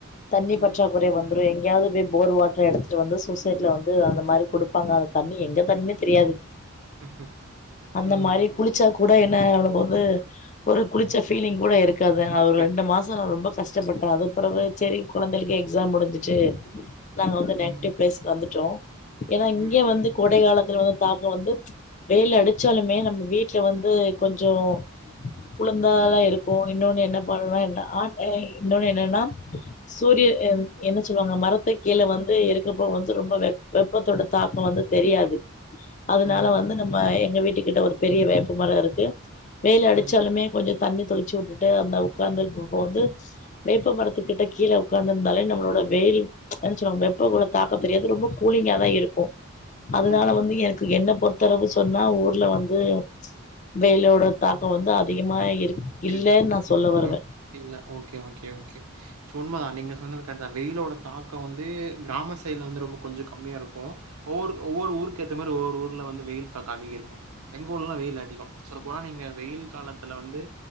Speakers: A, on the left; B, on the right.
A: தண்ணி
B: ம்
A: பற்றா குறை வந்ரு எங்கயாவது போய் போர் வாட்டர் எடுத்துட்டு வந்து சூசைட்ல வந்து அந்த மாரி குடுப்பாங்க அது தண்ணி எந்த தண்ணினு தெரியாது
B: <inaudible>
A: அந்த
B: ம்
A: மாரி
B: ம்.
A: குளிச்சா கூட என்ன அவக்கு வந்து ஒரு குளிச்ச ஃபீலிங் கூட இருக் காது அவ
B: இருக்கேன்
A: ஒரு ரெண்டு மாச நா ரொம்ப கஷ் செர் செர் அதுக் பெறகு செரி கொழந்தைளுக் எக்ஸாம் முடிஞ்சிச்சு நாங்க வந்து
B: ம்
A: நேட்டிவ் பிளேஸ் வந்துட்டோ ஏன்னா
B: ம்
A: இங்கே வந்து கோடை காலத்துல வந் தாக்கம் வந்து வெயில் அடிச்சாலுமே நம்ம வீட்ல வந்து கொஞ்சோ குளுந்தால்லா இருக்கு இன்னொன்னு என்ன பண்லா என்ன ஆ இன்னொன்னு என்னன்னா சூரிய என் என்ன சொல்லுவாங்க மரத்துக் கீழ வந்து இருக்கப்போ வந்து ரொம்ப வெ வெப்பத்தோட தாக்கோ வந்து தெரியாது அதுனால
B: ம்
A: வந்து நம்ப எங்க வீட்டு கிட்ட ஒரு பெரிய வேப்ப மரம் இருக்கு வெயில் அடிச்சாலுமே
B: ம்
A: கொஞ்ச தண்ணி தெளிச்சு உட்டுட்டு அந்த உக்காந்துப்ப வந்து வேப்ப மரத்துக்கிட்ட கீழ உக்காந்து இருந்தாலே நம்மளோட வெயில் என்ன சொல்லுவாங்க வெப்ப கொலத் தாக்கோ தெரியாது ரொம்ப கூலிங்கா தா இருக்கு அதனால
B: ம்
A: வந்து எனக்கு என்ன பொருத் த்தளவு சொன்னா ஊர்ல வந்து வெயிலோட தாக்கோ வந்து அதிகமா இருக் இல்லன்
B: இருக்கு.
A: நா சொல்ல
B: ம்,
A: வருவ
B: ம். இல்ல ஓகே ஓகே ஓகே சும்மா நீங்க சொன்னது கரெக்ட் தா வெயிலோட தாக்கம் வந்து கிராம சைட்ல வந்து ரொம்ப கொஞ்ச கம்மியா இருக்கும் ஒவ்வொரு ஒவ்வொரு ஊருக்கேத்த மாரி ஒவ்வொரு ஊர்ல வந்து வெயில் தாக்கோ அதிகரிக்கும் எங்க ஊர்ல்லா வெயில் அதிகம் சொல்ல போனா நீங்க வெயில் காலத்துல வந்து